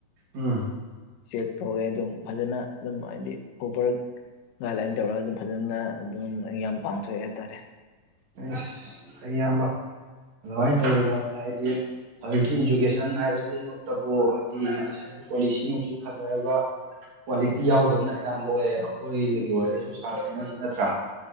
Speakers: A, on the right; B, on the left.
A: ꯎꯝ
B: ꯆꯦꯛ ꯇꯧꯋꯦ ꯑꯗꯨꯝ ꯐꯖꯅ ꯑꯗꯨꯝ ꯍꯥꯏꯗꯤ ꯄ꯭ꯔꯣꯄꯔ ꯒꯥꯏꯗꯂꯥꯏꯟ ꯇꯧꯔꯒ ꯑꯗꯨꯝ ꯐꯖꯅ ꯑꯗꯨꯝ ꯌꯥꯝ ꯄꯥꯡꯊꯣꯛꯑꯦ ꯍꯥꯏꯇꯥꯔꯦ꯫
A: ꯑꯩ ꯑꯌꯥꯝꯕ ꯑꯗꯨꯃꯥꯏꯅ ꯇꯧꯋꯗꯣ ꯍꯥꯏꯗꯤ ꯍꯧꯒꯤ ꯏꯖꯨꯀꯦꯁꯟ ꯍꯥꯏꯕꯁꯤꯃꯛꯇꯕꯨꯗꯤ ꯀꯣꯂꯤꯁꯤ ꯅꯨꯡꯁꯤ ꯐꯖꯔꯒ ꯀ꯭ꯋꯥꯂꯤꯇꯤ ꯌꯥꯎꯗꯕꯅ ꯑꯌꯥꯝꯕ ꯑꯣꯏꯌꯦ ꯑꯩꯈꯣꯏꯗꯒꯤ ꯑꯣꯏꯔꯁꯨ ꯁꯥꯇ꯭ꯔꯉꯁꯤ ꯅꯠꯇ꯭ꯔꯥ